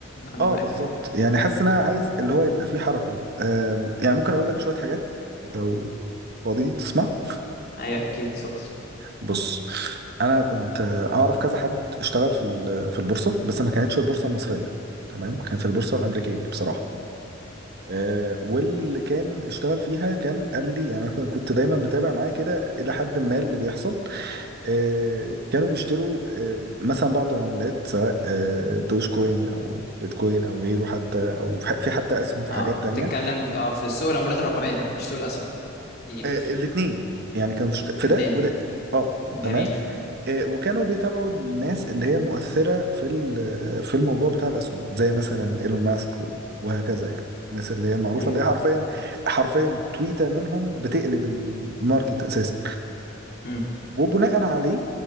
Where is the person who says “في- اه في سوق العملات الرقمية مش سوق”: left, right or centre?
Left